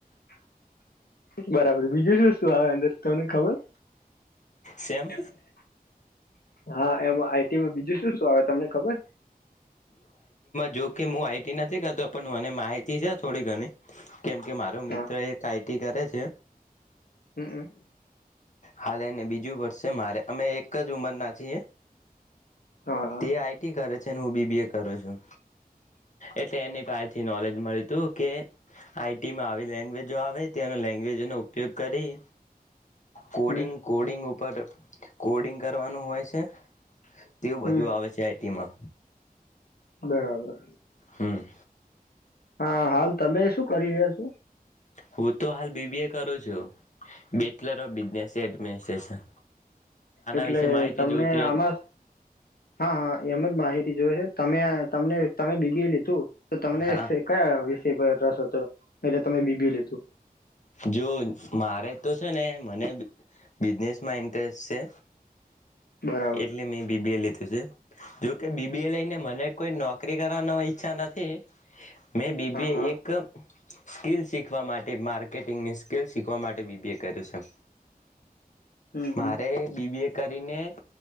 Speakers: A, on the left; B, on the left.
A: <inaudible> બરાબર બીજું શું શું આવે અંદર તમને ખબર?
B: સેમ
A: <inaudible> હા એમાં આઈ ટી માં બીજું શું શું આવે તમને ખબર?
B: જોકે મું આઈટી નથી કરતો પણ મને માહિતી છ થોડી ઘણી કેમકે મારો મિત્ર
A: હા
B: એક આઈ ટી કરે છે
A: હમ.
B: હાલેને બીજું વરશે મારે અમે એક જ ઉમરના છીએ.
A: હા હા
B: તે આઈ ટી કરે છે હું બી બી એ કરું છું. એટલે એની પાહેથી નોલેજ મલતું કે આઈ ટી માં આવી લેંગ્વેજો આવે તેનો લેંગ્વેજોનો ઉપયોગ કરી કોડિંગ
A: હમ
B: કોડિંગ ઉપ પર કોડિંગ આનું હોય છે. તેવું બધું
A: હમ
B: આવે છે આઈ ટીમાં.
A: બરાબર.
B: હમ.
A: હા હાલ તમે શું શું કરી રહ્યા છો?
B: હું તો હાલ બીબી એ કરું છું બેચલર ઓફ બિઝનેસ <unintelligible>
A: એટલે
B: વિશે માહિતી
A: તમને
B: જોતી
A: આમાં
B: હતી.
A: હા હા એમ જ માહિતી જોવે તમે તમને તમે બીબી એ લીધું તો તમને
B: હા
A: સે કયા તે રસ હતો એ તમે બીબી લીધું?
B: જો મારે તો છે ને મને બિઝનેસમાં ઇન્ટરેસ્ટ છે
A: બરાબર
B: એટલે મેં બીબી એ લીધું છે. જોકે બીબી એ લઈને મને કોઈ નોકરી કરવાનો ઈચ્છા નથી મેં બીબી
A: હા હા
B: એક સ્કીિલ શીખવા માટે માર્કેટિંગની સ્કીલ શીખવા માટે બીબીએ કર્યું છે.
A: હમ હમ
B: મારે બીબીએ કરીને